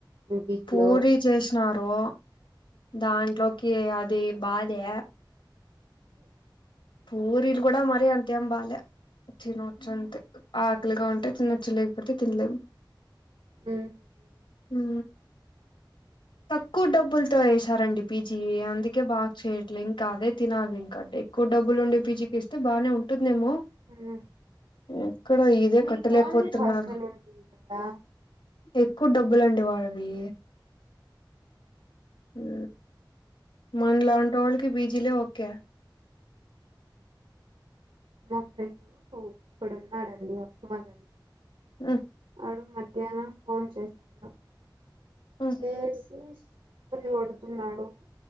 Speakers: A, on the right; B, on the left.
A: మీ పీజీ
B: పూరి
A: లో
B: చేసినారు దాంట్లోకి అది బాధే పూరిలు కూడా మరీ అంతేం బాలే తినొచ్చు అంతే ఆకలిగా ఉంటే తినొచ్చు లేకపోతే తిన్ లేం
A: హ్మ్
B: ఊ తక్కువ్ డబ్బుల్ తో వేసారండి పీజీ అందుకే బా చేయట్లే ఇంకా అదే తినాలి ఇంక అడే క్కువ్ డబ్బులుండి పీజీకిస్తే బానే ఉంటుందేమో
A: మ్మ్
B: ఎక్కడ ఇదే
A: మీ
B: కట్టలేపోతున్నారు
A: కాలేజ్ హాస్టల్ ఉంటుంది కదా
B: ఎక్కువ డబ్బులండి వాడివి ఊ మన్ లాంటోళ్ళకి బీజీలే ఓకే
A: మా ఫ్రెం కు ఇక్కడున్నాడడి అప్ప మళ
B: ఆ
A: ఆడు మధ్యాహ్నం ఫోన్ చేశాడు
B: ఉమ్.
A: చేసి సోది కొడుతున్నాడు